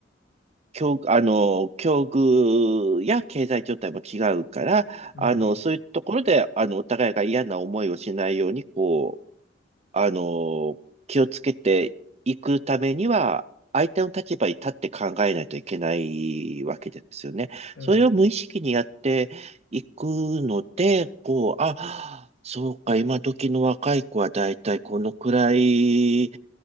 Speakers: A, on the right; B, on the left.
A: 境、あの、境遇や経済状態も違うから、
B: うんうん
A: あの、そういうところで、あの、お互いが嫌な思いをしないように、こあの、気をつけていくためには、相手の立場に立って考えないといけないわけですよね。
B: え
A: それを無意識にやっていくので、こう、あ、そうか、今時の若い子はだいたいこのくらい